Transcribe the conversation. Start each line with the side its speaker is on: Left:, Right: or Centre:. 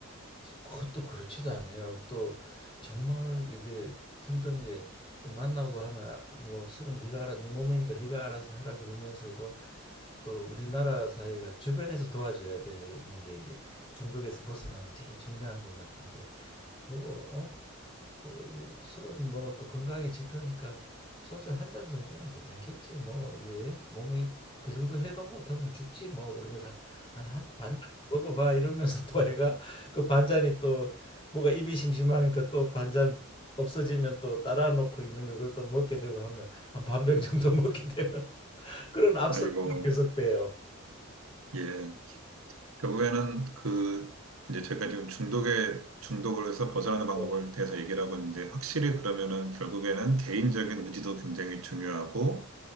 Left: 그것도 그렇지도 않아요. 또 정말 이게 힘든 게 만나고 하면 아, 뭐 술은 네가 알아, 네 몸이니까 네가 알아서 하라 그러면서도 또 우리나라 사회가 주변에서 도와줘야 되는 게 이제 중독에서 벗어나는 제일 중요한 것 같은데 뭐 어? 뭐 이게 술은 뭐 또 건강의 지표니까 소주 한 잔 정도는 괜찮겠지 뭐 이게 몸이 그 정도 해독 못하면 죽지 뭐 그러면서 한 한 반 잔 먹어봐 이러면서 또 애가 그 반잔이 또 뭐가 입이 심심하니까 또 반잔 없어지면 또 따라 놓고 있는 걸 그걸 또 먹게 되고 하면 한 반병 정도 먹게 되는 <laughs> 그런 악순환이
Right: 아이고,
Left: 계속돼요.
Right: 예. 결국에는 그 이제 제가 지금 중독에 중독을 해서 벗어나는 방법을
Left: 네.
Right: 대해서 얘기를 하고 있는데 확실히 그러면은 결국에는 개인적인 의지도 굉장히 중요하고